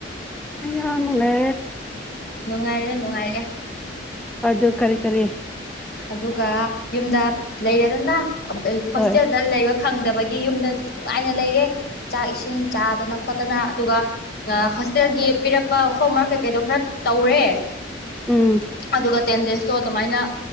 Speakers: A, in the centre; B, on the left.
A: ꯑꯂꯦ
B: ꯅꯨꯡꯉꯥꯏꯔꯦ ꯅꯨꯡꯉꯥꯏꯔꯦ
A: ꯑꯗ ꯀꯔꯤ ꯀꯔꯤ
B: ꯑꯗꯨꯒ ꯌꯨꯝꯗ ꯂꯩꯔꯦꯗꯅ ꯍꯣꯁꯇꯦꯜꯗ
A: ꯍꯣꯏ
B: ꯂꯩꯕ ꯐꯪꯗꯕꯒꯤ ꯌꯨꯝꯗ ꯅꯨꯡꯉꯥꯏꯅ ꯂꯩꯔꯦ ꯆꯥꯛ ꯏꯁꯤꯡ ꯆꯥꯗꯅ ꯈꯣꯠꯇꯅ ꯑꯗꯨꯒ ꯍꯣꯁꯇꯦꯜꯒꯤ ꯄꯤꯔꯛꯄ ꯍꯣꯝꯋꯥꯔꯛ ꯀꯩꯀꯩꯗꯣ ꯈꯔ ꯇꯧꯔꯦ
A: ꯎꯝ
B: ꯑꯗꯨꯒ ꯇꯦꯟ ꯗꯦꯖꯇꯣ ꯑꯗꯨꯃꯥꯏꯅ